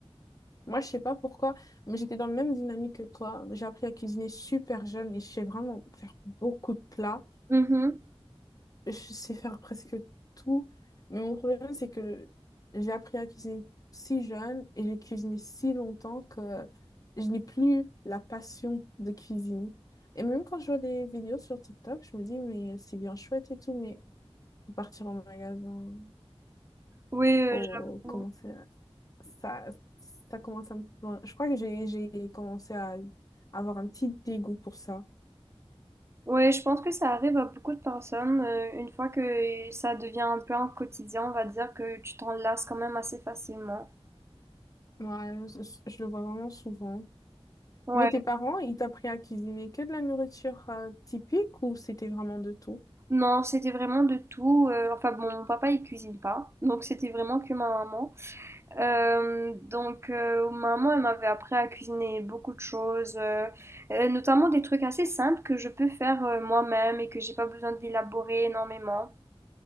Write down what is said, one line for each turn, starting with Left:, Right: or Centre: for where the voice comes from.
Left: Moi, je sais pas pourquoi, mais j'étais dans la même dynamique que toi. J'ai appris à cuisiner super jeune et je sais vraiment faire beaucoup de plats.
Right: Mhm.
Left: Je sais faire presque tout. Mais mon problème, c'est que j'ai appris à cuisiner si jeune et j'ai cuisiné si longtemps que je n'ai plus la passion de cuisine. Et même quand je vois des vidéos sur TikTok, je me dis, mais c'est bien chouette et tout, mais faut partir en magasin.
Right: Ouais, euh,
Left: faut
Right: j'avoue.
Left: commencer à- ça ça commence à me... bon, je crois que j'ai j'ai commencé à avoir un petit dégoût pour ça
Right: Ouais, je pense que ça arrive à beaucoup de personnes. euh, une fois que ça devient un peu un quotidien, on va dire que tu t'en lasses quand même assez facilement.
Left: ouais, je, je- je le vois vraiment souvent
Right: Ouais,
Left: mais tes parents ils t'apprennent à cuisiner que de la nourriture euh, typique ou c'était vraiment de tout
Right: non, c'était vraiment de tout. euh, enfin bon, mon papa il cuisine pas, donc c'était vraiment que ma maman. Hem, donc heu, maman, elle m'avait appris à cuisiner beaucoup de choses, heu heu, notamment des trucs assez simples que je peux faire, heu, moi-même et que j'ai pas besoin d'élaborer énormément.